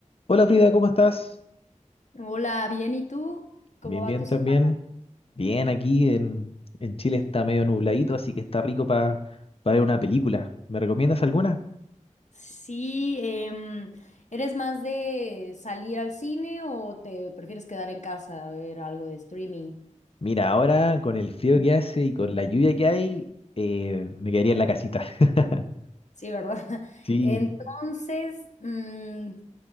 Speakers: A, on the left (about 50°); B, on the left (about 65°).
A: Hola Frida, ¿cómo estás?
B: Hola, bien, ¿y tú? ¿Cómo
A: Bien,
B: va
A: bien
B: tu
A: también.
B: semana?
A: Bien, aquí en, en Chile está medio nubladito, así que está rico para ver una película. ¿Me recomiendas alguna?
B: Sí, em, ¿eres más de salir al cine o te prefieres quedar en casa a ver algo de streaming?
A: Mira, ahora con el frío que hace y con la lluvia que hay, eh, me quedaría en la casita. <laughs>
B: Sí, ¿verdad? <laughs>
A: Sí,
B: Entonces, mm,